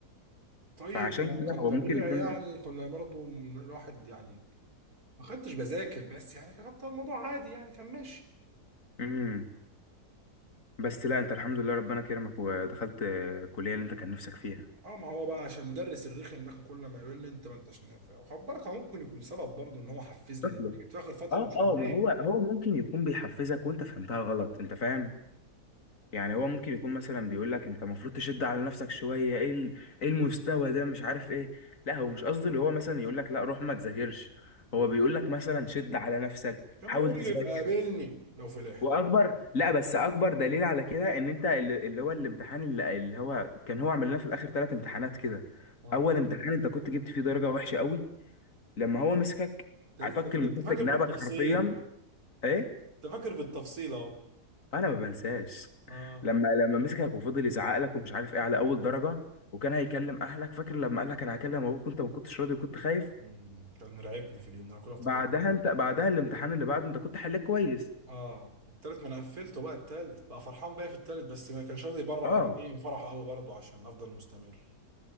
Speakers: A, on the right; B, on the left.
A: طيب
B: فعشان
A: ما
B: كده
A: كان
B: هو
A: طبيعي
B: ممكن يكون
A: يعني كنا برضه الواحد يعني ما كنتش بذاكر بس يعني كان الموضوع عادي يعني كان ماشي
B: امم بس لا انت الحمد لله ربنا كرمك ودخلت آه، الكليه اللي انت كان نفسك فيها
A: اه ما هو بقى عشان المدرس الرخم ده كان كل ما يقول لي انت ما انتش نافع وخد بالك هو ممكن يكون سبب برضه ان هو حفزني
B: شكله
A: انا جيت في اخر فتره
B: اه
A: وشديت
B: اه ما هو هو ممكن يكون بيحفزك وانت فهمتها غلط انت فاهم يعني هو ممكن يكون مثلا بيقول لك انت المفروض تشد على نفسك شويه ايه ال- ايه المستوى ده مش عارف ايه لا هو مش قصدي اللي هو مثلا يقول لك لا روح ما تذاكرش هو بيقول لك مثلا شد على نفسك
A: كان
B: حاول
A: بيقول
B: تذاكر
A: لي ابقى قابلني لو فلحت
B: واكبر لا بس اكبر دليل على كده ان انت اللي اللي هو الامتحان اللي اللي هو كان هو عمل لنا في الاخر ثلاث امتحانات كده
A: اه
B: اول امتحان انت كنت جبت فيه درجه وحشه قوي لما هو مسكك
A: انت
B: عطاك
A: لسه ده
B: المسافه
A: انت فاكر
B: في جنابك
A: بالتفصيل
B: حرفيا ايه
A: انت فاكر بالتفصيل اهو
B: انا ما بنساش
A: اه
B: لما لما مسكك وفضل يزعق لك ومش عارف ايه على اول درجه وكان هيكلم اهلك فاكر لما قال لك انا هكلم ابوك وانت ما كنتش راضي وكنت خايف
A: مم، كان راعبني في اليوم ده انا كل ما افتكر
B: بعدها
A: اليوم ده.
B: انت بعدها الامتحان اللي بعده انت كنت حليت كويس
A: اه والتالت ما انا قفلته بقى التالت بقى فرحان بيا في التالت بس ما كانش راضي يبرق
B: اه
A: يبين فرحه قوي برضه عشان افضل مستمر